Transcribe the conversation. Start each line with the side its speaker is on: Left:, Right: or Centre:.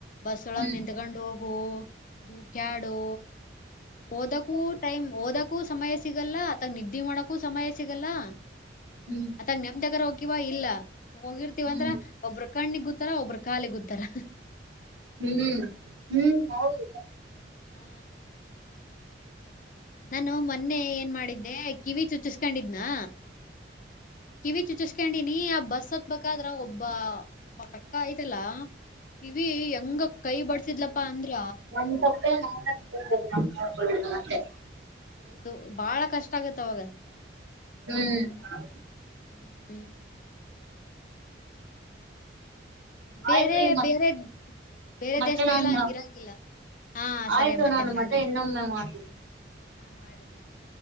Left: ಬಸ್ ಒಳಗ್
Right: ಹ್ಮ್
Left: ನಿತ್ಕೊಂಡ್ ಹೋಗು ಧೂಕ್ಯಾಡು ಓದಕ್ಕೂ ಟೈಮ್ ಓದಕ್ಕೂ ಸಮಯ ಸಿಗಲ್ಲಾ ಅಥಾಗ ನಿದ್ದೆ ಮಾಡೊಕೂ ಸಮಯ ಸಿಗಲ್ಲಾ
Right: ಹ್ಮ್
Left: ಅತಾಗ ನೆಮ್ದಗರ ಹೋಗಿವ ಇಲ್ಲಾ ಹೋಗಿರ್ತಿವ
Right: ಹ್ಮ್
Left: ಅಂದ್ರ ಒಬ್ಬರು ಕಣ್ಣಿಗ್ ಗೂತ್ತಾರ ಒಬ್ರು ಕಾಲಿ ಗೂತ್ತಾರ್
Right: ಹ್ಮ್ ಹ ಹೌದು
Left: ಹಾ ನಾನು ಮೊನ್ನೆ ಏನ್ ಮಾಡಿದ್ದೆ ಕಿವಿ ಚುಚ್ಚಸ್ ಕಿದ್ನಾ ಕಿವಿ ಚುಚುಸ್ಕೊಂಡಿನಿ ಆ ಬಸ್ ಹತ್ ಬೆಕಾರ ಒಬ್ಬ ಒಬ್ಬ ಒಬ್ಬಾ ಅಕ್ಕಾ ಆಯ್ತಲ್ಲಾ ಕಿವಿ ಹೆಂಗ ಕೈ ಬಡಸಿದ್ಲಪ್ಪಾ ಅಂದ್ರ
Right: ನಮ ತಪ್ಪೆ ನಾನೇ
Left: ನನ್ಗ್
Right: ನ ನಡ್ಕಿಲ್ಲ ಮತ್ತೆ
Left: ಅದು ಬಹಳ ಕಷ್ಟಾ ಆಗತ್ತ ಅವಾಗ
Right: ಹುಂ
Left: ಹ್ಮ್ ಬೇರೆ
Right: ಆಯ್ತ್ರಿ ಮತ್
Left: ಬೇರೆ ಬೇರೆ
Right: ಮತ್ತೆ
Left: ದೇಶದಾಗೆಲ್ಲಾ
Right: ನಾನ್
Left: ಹಂಗಿರೋಂಗಿಲ್ಲಾ ಹಾ ಸರಿ
Right: ಆಯ್ತು
Left: ಮತ್ತೆ
Right: ನಾನು
Left: ಮಾಡ್ರಿ
Right: ಇನ್ನೊಮ್ಮೆ ಮಾಡ್ತೀನಿ
Left: ಹಾ ಮಾಡ್ರಿ ಮಾಡ್ರಿ